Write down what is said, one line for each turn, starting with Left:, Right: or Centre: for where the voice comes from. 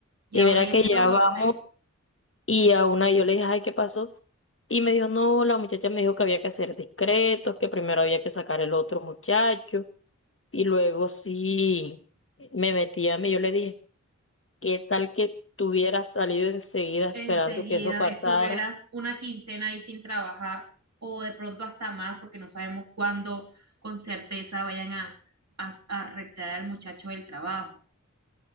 Right: Ya
Left: Y mira
Right: hoy es
Left: que ya
Right: doce
Left: vamos y a una yo le dije, ay, ¿qué pasó? Y me dijo, no, la muchacha me dijo que había que ser discretos, que primero había que sacar el otro muchacho. Y luego sí me metí a mí, yo le dije, ¿qué tal que tú hubieras salido enseguida
Right: Enseguida
Left: esperando que eso pasara?
Right: estuvieras una quincena ahí sin trabajar o de pronto hasta más porque no sabemos cuándo con certeza vayan a, a, a retirar al muchacho del trabajo.